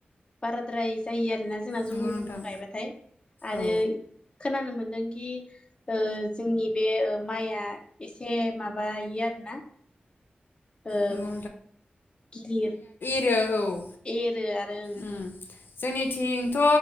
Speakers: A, on the left (about 30°); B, on the left (about 75°).
A: बाराद्राय जायो आरो जोंना जुंगु
B: नंगौ
A: बुंगु
B: नोंथां
A: गायबाथाय आरो
B: औ
A: खोनानो मोनदोंखि ओ जोंनि बे माइआ एसे माबायो आरोना ओ
B: नंगौ
A: गिलिर
B: रो औ
A: एरो आरो ओं
B: उम जोंनिथिंथ'